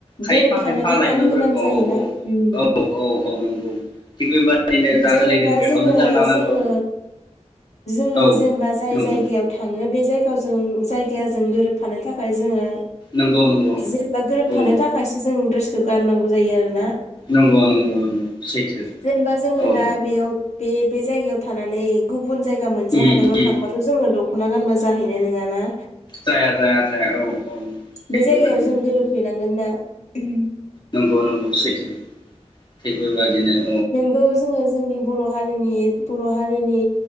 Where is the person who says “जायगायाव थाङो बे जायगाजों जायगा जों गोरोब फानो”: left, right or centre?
Left